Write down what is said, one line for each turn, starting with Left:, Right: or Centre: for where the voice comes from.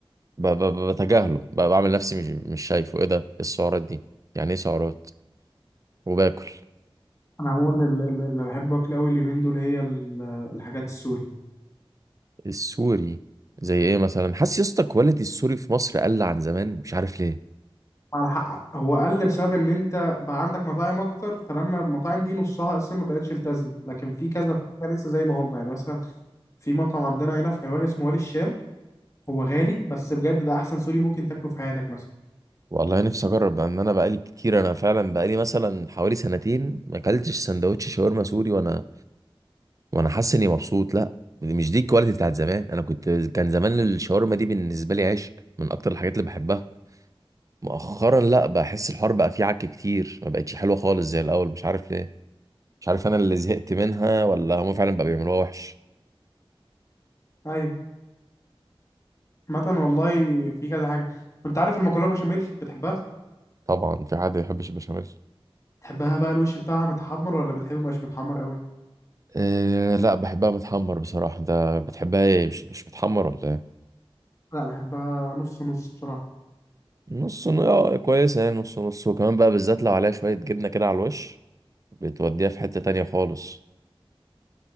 Right: ب- ب- ب- بتجاهله ب- بعمل نفسي مش مش شايفه ايه ده إيه السعرات دي يعني ايه سعرات وباكل
Left: انا عموما ال- ال- اللي بحبه اكل قوي اليومين دول هي ال- الحاجات السوري
Right: السوري زي ايه مثلا حاسس يا اسطى كواليتي السوري في مصر قل عن زمان مش عارف ليه
Left: على حق هو قل بسبب ان انت بقى عندك مطاعم اكتر فلما المطاعم دي نصها اساسا ما بقتش التزم لكن في كذا لسه زي ما هم يعني مثلا في مطعم عندنا هنا في حلوان اسمه والي الشام هو غالي بس بجد ده احسن سوري ممكن تاكله في حياتك مثلا
Right: والله نفسي اجرب بان انا بقالي كتير انا فعلا بقالي مثلا حوالي سنتين ما اكلتش سندوتش شاورما سوري وانا وانا حاسس اني مبسوط لا دي مش دي الكواليتي بتاعت زمان انا كنت كان زمان الشاورما دي بالنسبه لي عشق من اكتر الحاجات اللي بحبها مؤخرا لا بحس الحوار بقى فيه عك كتير ما بقتش حلوه خالص زي الاول مش عارف ليه مش عارف انا اللي زهقت منها ولا هم فعلا بقى بيعملوها وحش
Left: ايوه عامة والله في كذا حاجه انت عارف المكرونه بشاميل بتحبها
Right: طبعا في حد ما يحبش البشاميل
Left: بتحبها بقى الوش بتاعها متحمر ولا بتحبه مش متحمر قوي
Right: أه لا بحبها متحمر بصراحه ده بتحبها ايه مش مش متحمر ولا ايه
Left: لا بحبها نص نص بصراحه
Right: نص ن- اه كويسة يعني نص نص وكمان بقى بالذات لو عليها شوية جبنة كده على الوش بتوديها في حتة تانية خالص